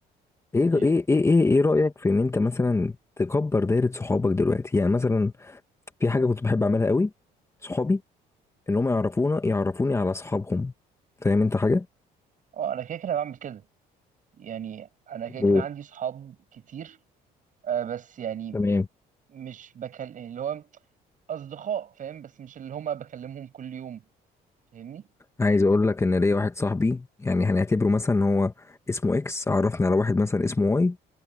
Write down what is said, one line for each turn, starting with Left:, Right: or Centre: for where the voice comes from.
Left: ايه
Right: ايه
Left: ايه ايه ايه, إيه إيه رايك في ان انت مثلا تكبر دايره صحابك دلوقتي يعني مثلا في حاجه كنت بحب اعملها قوي صحابي ان هم يعرفونا يعرفوني على اصحابهم فاهم انت حاجه؟
Right: اه انا كده كده بعمل كده يعني انا كده كده
Left: ايه
Right: عندي صحاب كتير آه بس يعني
Left: تمام
Right: مش بكلم اللي هو اصدقاء فاهم بس مش اللي هما بكلمهم كل يوم فاهمني
Left: عايز اقول لك ان ليا واحد صاحبي يعني هنعتبره مثلا ان هو اسمه اكس عرفني على واحد مثلا اسمه واي